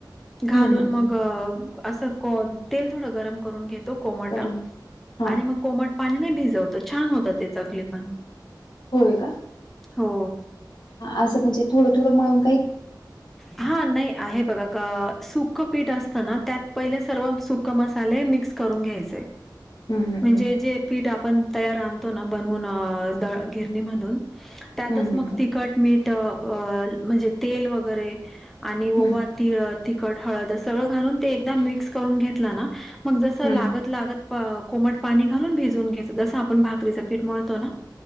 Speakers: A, on the left; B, in the centre.
A: हम्म
B: घालून
A: हम्म हम्म
B: मग अस तेल थोडं गरम करून घेतो कोमट
A: करून हा
B: आणि मग कोमट पाणी नाही भिजवतं छान होतं ते चकली पण
A: होय का
B: हो
A: अस म्हणजे थोडं थोडंळून
B: हा नाही आहे बघा का सुक पीठ असतना त्यात पहिले सर्व सुक मसाले मिक्स करून घ्यायचे
A: हम्म हम्म
B: म्हणजे जे पीठ आपण तयार आणतो ना बनवून द गिरणीमधून त्यातच
A: हम्म हम्म
B: मग तिखट मीठ म्हणजे तेल वगैरे आणि
A: हम्म
B: ओवा तिळ तिखट हळद सगळं घालून ते एकदा मिक्स करून घेतलं ना मग जसं
A: हम्म
B: लागत
A: हम्म
B: लागत कोमट पाणी घालून भिजून घ्यायचं जस आपण भाकरीच पीठ मळतो ना